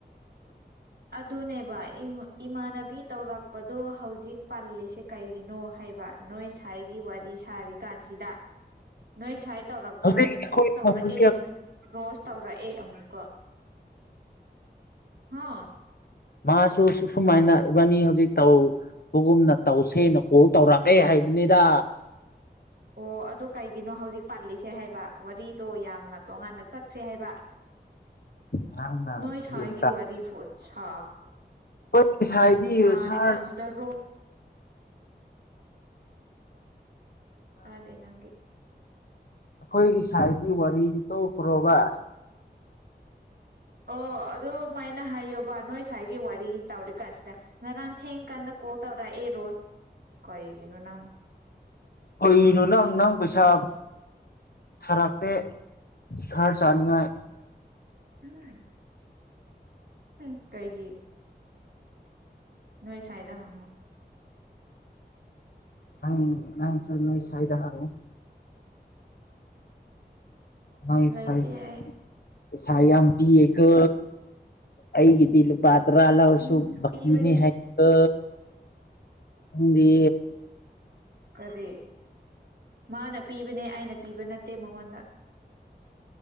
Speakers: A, on the right; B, on the left.
A: ꯗꯨꯅꯦꯕ ꯏꯃꯥ ꯏꯃꯥꯟꯅꯕꯤ ꯇꯧꯔꯛꯄꯗꯣ ꯍꯧꯖꯤꯛ ꯄꯟꯂꯤꯁꯦ ꯀꯩꯒꯤꯅꯣ ꯍꯥꯏꯕ ꯅꯣꯏ ꯁꯥꯏꯒꯤ ꯋꯥꯔꯤ ꯁꯥꯔꯤꯀꯥꯟꯁꯤꯗ ꯅꯣꯏ ꯁꯥꯏ ꯇꯧꯔꯛꯄ꯭ꯔꯥ
B: ꯍꯧꯖꯤꯛ
A: ꯔꯁꯨ
B: ꯑꯩꯈꯣꯏ
A: ꯇꯧꯔꯛꯑꯦ
B: ꯍꯧꯖꯤꯛ
A: ꯔꯣꯁ ꯇꯧꯔꯛꯑꯦ ꯑꯃꯨꯛꯀ ꯍꯥ
B: ꯃꯥꯁꯨ ꯁꯨꯃꯥꯏꯅ ꯏꯕꯥꯅꯤ ꯍꯧꯖꯤꯛ ꯇꯧꯕꯒꯨꯝꯅ ꯇꯧꯁꯦꯅ ꯀꯣꯜ ꯇꯧꯔꯛꯂꯦ ꯍꯥꯏ ꯍꯥꯏꯕꯅꯤꯗ
A: ꯑꯣ ꯑꯗꯨ ꯀꯩꯒꯤꯅꯣ ꯍꯧꯖꯤꯛ ꯄꯥꯜꯂꯤ ꯁꯦ ꯍꯥꯏꯕ ꯋꯥꯔꯤꯗꯣ ꯌꯥꯝꯅ ꯇꯣꯉꯥꯟꯅ ꯆꯠꯈ꯭ꯔꯦ ꯍꯥꯏꯕ
B: ꯅꯪꯅ
A: ꯅꯣꯏ ꯁꯥꯏꯒꯤ
B: ꯒ꯭ꯌꯥꯟ
A: ꯋꯥꯔꯤ ꯐꯣꯟ ꯁꯥ
B: ꯈꯣꯏ ꯁꯥꯏꯗꯤ
A: ꯁꯥꯔꯤꯀꯥꯟꯁꯤꯗ
B: ꯁꯥꯔ
A: ꯔꯣ ꯇꯥꯗꯦ ꯅꯪꯒꯤ
B: ꯑꯈꯣꯏꯒꯤ ꯁꯥꯏꯒꯤ ꯋꯥꯔꯤꯗꯤ ꯇꯣꯛꯈ꯭ꯔꯣꯕ
A: ꯑꯣ ꯑꯗꯨꯃꯥꯏꯅ ꯍꯥꯏꯌꯣ ꯋꯥ ꯅꯣꯏ ꯁꯥꯏꯒꯤ ꯋꯥꯔꯤ ꯇꯧꯔꯤꯀꯥꯟꯁꯤꯗ ꯉꯔꯥꯡ ꯊꯦꯡꯀꯥꯟꯗ ꯀꯣꯜ ꯇꯧꯔꯛ ꯑꯦ ꯔꯣꯁ ꯀꯩꯒꯤ ꯅꯣ ꯅꯪ
B: ꯀꯩꯒꯤꯅꯣ ꯅꯪ ꯅꯪ ꯄꯩꯁꯥ ꯊꯔꯛꯇꯦ ꯍ꯭ꯔ ꯆꯥꯅꯤꯉꯥꯏ
A: ꯎꯝ ꯎꯝ ꯀꯩꯒꯤ ꯅꯣꯏ ꯁꯥꯏꯗꯥ ꯍꯪꯉꯣ
B: ꯅꯪ ꯅꯪ ꯁꯨ ꯅꯣꯏ ꯁꯥꯏꯗ ꯍꯪꯉꯣ ꯅꯣꯏ
A: ꯂꯩꯇꯦ
B: ꯁꯥꯏ
A: ꯑꯩ
B: ꯄꯩꯁꯥ ꯌꯥꯝ ꯄꯤꯌꯦꯀꯣ ꯑꯩꯒꯤꯗꯤ ꯂꯨꯄꯥ ꯇ꯭ꯔꯥ ꯂꯧꯔꯁꯨ
A: ꯎꯝ
B: ꯕꯥꯀꯤꯅꯤ
A: ꯄꯤꯕꯅꯦ
B: ꯍꯥꯏꯀꯣ ꯅꯪꯗꯤ
A: ꯀꯔꯤ ꯃꯥꯅ ꯄꯤꯕꯅꯦ ꯑꯩꯅ ꯄꯤꯕ ꯅꯠꯇꯦ ꯃꯉꯣꯟꯗ <inaudible>